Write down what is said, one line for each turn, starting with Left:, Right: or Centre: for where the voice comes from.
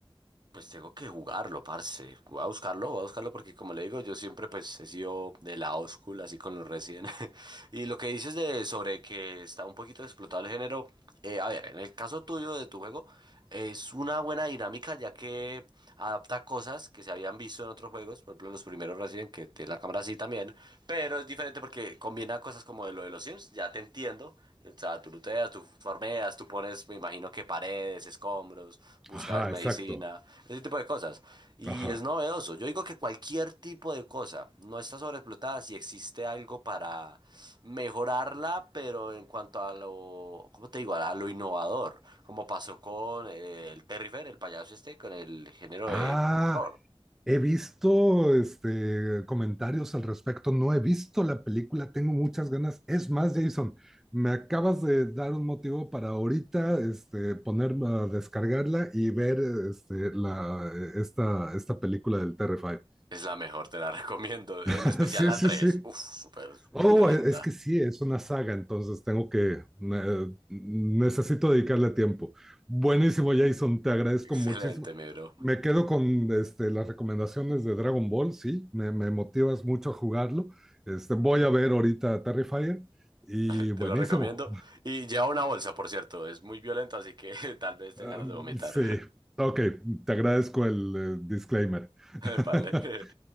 Right: Pues tengo que jugarlo, parce. Voy a buscarlo, voy a buscarlo porque como le digo, yo siempre pues he sido de la oscula así con los Resident. <laughs> Y lo que dices de sobre que está un poquito explotado el género, eh, a ver, en el caso tuyo de tu juego, es una buena dinámica ya que adapta cosas que se habían visto en otros juegos, por ejemplo los primeros Resident que tiene la cámara así también, pero es diferente porque combina cosas como de lo de los Sims, ya te entiendo, o sea, tú looteas, tú farmeas, tú pones, me imagino que paredes, escombros, buscas
Centre: Ajá,
Right: medicina,
Centre: exacto.
Right: ese tipo de cosas. Y
Centre: Ajá.
Right: es novedoso. Yo digo que cualquier tipo de cosa no está sobreexplotada si existe algo para mejorarla, pero en cuanto a lo, ¿cómo te digo? A lo innovador, como pasó con eh, el Terry Fair, el payaso este, con el género
Centre: Ah,
Right: de, del horror.
Centre: he visto este, comentarios al respecto. No he visto la película, tengo muchas ganas. Es más, Jason, me acabas de dar un motivo para ahorita este, poner a descargarla y ver este, la, esta, esta película del terrifier,
Right: Es la mejor, te la recomiendo,
Centre: <laughs>
Right: en especial
Centre: Sí,
Right: la
Centre: sí,
Right: tres
Centre: sí.
Right: Uf, súper
Centre: Oh,
Right: violenta.
Centre: e- es que sí, es una saga, entonces tengo que, ne- necesito dedicarle tiempo. Buenísimo, Jason, te agradezco
Right: Excelente,
Centre: muchísimo.
Right: mi bro.
Centre: Me quedo con este, las recomendaciones de Dragon Ball, sí, me, me motivas mucho a jugarlo. Este, voy a ver ahorita Terrifier y
Right: <laughs>
Centre: buenísimo.
Right: Te lo recomiendo. Y lleva una bolsa, por cierto. Es muy violento, así que <laughs> tal vez tengas
Centre: Ah,
Right: ganas de vomitar.
Centre: sí, ok, te agradezco el eh, disclaimer. <laughs>
Right: <laughs> Vale. <laughs>